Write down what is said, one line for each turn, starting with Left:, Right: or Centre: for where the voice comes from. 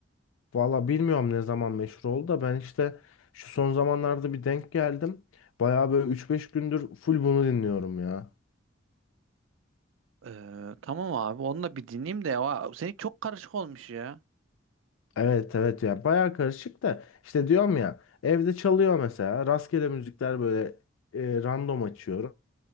Left: Valla bilmiyorum ne zaman meşhur oldu da ben işte şu son zamanlarda bir denk geldim. Baya böyle üç beş gündür full bunu dinliyorum ya.
Right: Ee, tamam abi onu da bir dinleyeyim de. Aa, Senin çok karışık olmuş ya.
Left: Evet evet ya baya karışık da işte diyorum ya evde çalıyor mesela rastgele müzikler böyle e, random açıyorum.